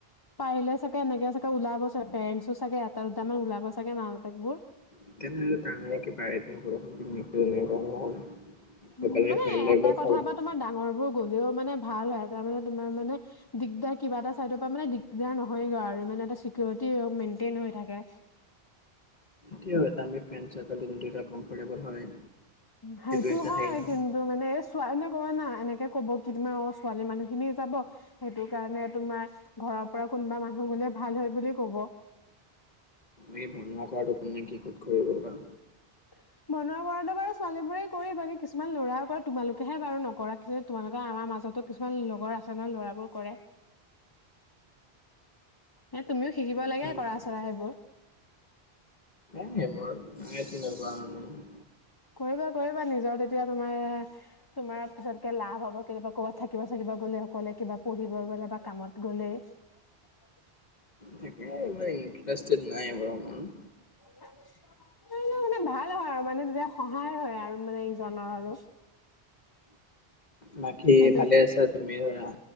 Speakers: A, on the left; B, on the left.
A: পাৰিলে চাগে, এনেকে চাগে, ওলাব চাগে, পেৰেঞ্চো চাগে এটা, দুটামান ওলাব চাগে, মাক-বাপেকবোৰ।
B: <unintelligible>
A: উম,
B: অকলে
A: মানে
B: ফ্ৰেণ্ড লৈ
A: এটা
B: গ'লে
A: কথা
B: খাব
A: পা তোমাৰ ডাঙৰ বোৰ গ'লেও মানে ভাল হয়, এটা মানে তোমাৰ মানে দিগদাৰ, কিবা এটা চাইডৰ পৰা মানে দিগদাৰ নহয়গৈ আৰু, মানে এটা চিকিউৰিটি মেইনটেইন হৈ থাকে।
B: কিয় এটা আমি ফ্ৰেণ্ড চাৰ্কোল তো যদি কমফৰ্টেবল হয়।
A: সেইটো
B: নিচিনা
A: হয়,
B: হেৰি নহয়।
A: কিন <unintelligible> এনেকে ক'ব কি তুমি অ', ছোৱালী মানুহ খিনি যাব। সেইটোকাৰণে, তোমাৰ ঘৰৰ পৰা কোনোবা মানুহ গলে ভাল হয় বুলি কব।
B: এই বনোৱা কৰাটো কোনে কি ক'ত কৰিব বা?
A: <inaudible> বনোৱা কৰাটো বাৰু ছোৱালীবোৰেই কৰেই, বাকী কিছুমান ল'ৰাই কৰা তোমালোকেহে বাৰু নকৰা তোমালোকে আমাৰ মাজতো কিছুমান লগৰ আছে নহয় ল'ৰাবোৰ কৰে। এ তুমিও শিকিব
B: সেয়াই
A: লাগে কৰা চৰা সেইবোৰ।
B: এইবোৰ এ তেনেকুৱা মানুহ
A: কৰিবা কৰিবা, নিজৰ তেতিয়া তোমাৰ তোমাৰ পিছতকে লাভ হ'ব। কেতিয়াবা ক'ৰবাত থাকিব-চাকিব গ'লে, অকলে কিবা পঢ়িব গ'লে বা কামত গ'লে। <unintelligible>
B: থিকে ইমান ইণ্টাৰেষ্টিড নাই বাৰু ইমান।
A: <unintelligible> এ ভাল হয় আৰু মানে তেতিয়া সহায় হয় আৰু মানে ইজনৰ আৰু।
B: বাকী
A: সেইটো
B: ভালে আছা তুমি? ধৰা